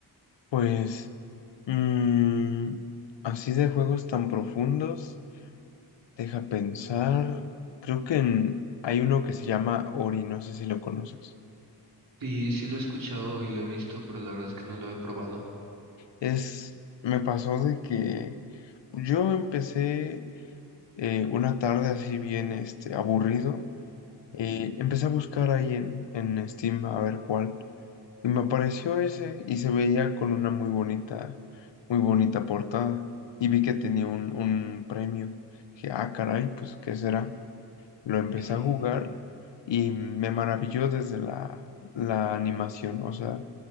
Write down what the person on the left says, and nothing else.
pues, mm, así de juegos tan profundos. Deja pensar. Creo que en- hay uno que se llama Ori, no sé si lo conoces.
Es, me pasó de que yo empecé eh, una tarde así bien este, aburrido. eh, empecé a buscar ahí en, en Steam a ver cuál. Y me apareció ese y se veía con una muy bonita, muy bonita portada. Y vi que tenía un, un premio. Dije, ah, caray, pues, ¿qué será? Lo empecé
a jugar y me maravilló desde la, la animación, o sea,